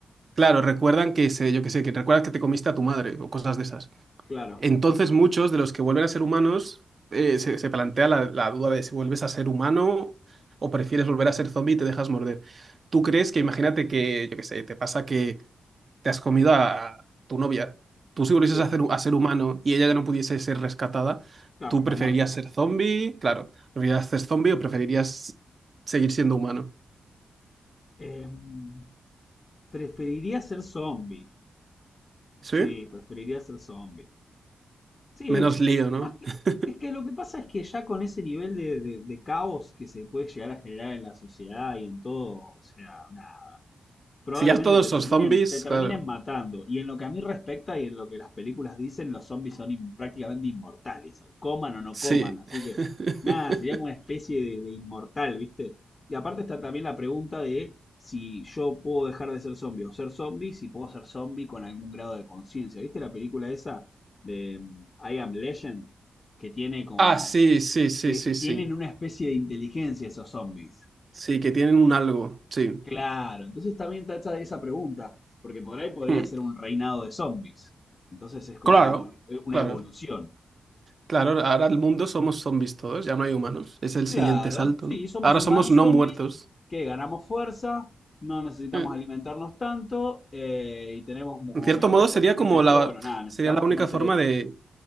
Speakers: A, on the right; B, on the left.
A: Claro, recuerdan que se, yo qué sé, que recuerdas que te comiste a tu madre o cosas de esas.
B: Claro,
A: Entonces, muchos de los que vuelven a ser humanos eh, se, se plantea la, la duda de si vuelves a ser humano o prefieres volver a ser zombie y te dejas morder. ¿Tú crees que, imagínate que, yo qué sé, te pasa que te has comido a tu novia? Tú si volvieses
B: sí.
A: a ser, a ser humano y ella ya no pudiese ser rescatada,
B: Claro,
A: ¿tú
B: pues
A: preferirías
B: está muerta.
A: ser zombie? Claro, ¿preferirías ser zombie o preferirías seguir siendo humano?
B: Em, ¿preferiría ser zombie?
A: ¿Sí?
B: Sí, preferiría ser zombie. Sí,
A: Menos lío, ¿no?
B: más que...
A: <laughs>
B: Es que lo que pasa es que ya con ese nivel de, de- de caos que se puede llegar a generar en la sociedad y en todo, o sea, nada probablemente
A: Si ya todos
B: te
A: sos
B: terminen,
A: zombies,
B: te terminen
A: claro.
B: matando. Y en lo que a mí respecta y en lo que las películas dicen, los zombies son in- prácticamente inmortales, coman o no
A: Sí.
B: coman. Así que
A: <laughs>
B: nada, sería como una especie de, de inmortal, ¿viste? Y aparte está también la pregunta de si yo puedo dejar de ser zombie o ser zombie, si puedo ser zombie con algún grado de conciencia. ¿Viste la película esa de mm, I Am Legend? Que tiene como...
A: Ah, sí, sí, sí,
B: que
A: sí,
B: eh,
A: sí.
B: tienen una especie de inteligencia esos zombies.
A: Sí, que tienen un algo, sí.
B: Claro, entonces también está hecha esa pregunta, porque por ahí podría
A: Hmm.
B: ser un reinado de zombies. Entonces es como
A: Claro,
B: una, evolu- eh, una
A: claro,
B: evolución.
A: claro. Ahora el mundo somos zombies todos, ya no hay humanos. Es el
B: Claro,
A: siguiente salto,
B: sí,
A: ¿no?
B: somos
A: Ahora
B: humanos
A: somos no
B: zombies
A: muertos.
B: que ganamos fuerza, no necesitamos
A: Eh.
B: alimentarnos tanto eh, y tenemos como
A: En cierto
B: mejores
A: modo
B: condiciones,
A: sería como la,
B: pero bueno, nada, necesitamos
A: sería la única
B: comer cerebros.
A: forma de,